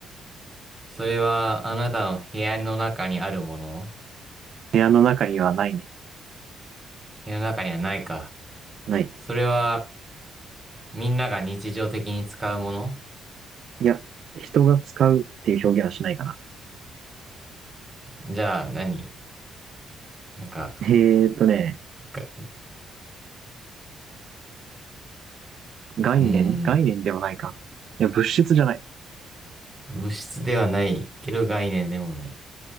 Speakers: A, on the right (about 25°); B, on the right (about 65°).
A: それは、あなたの部屋の中にあるもの
B: 部屋の中にはないね。
A: 部屋の中にはないか。
B: ない。
A: それは、みんなが日常的に使うもの
B: いや、人が使うっていう表現はしないかな。
A: じゃあ何、なんか、
B: えーっとね、
A: が、うーん、
B: 概念概念でもないか。いや、物質じゃない。
A: 物質ではないけど概念でもない。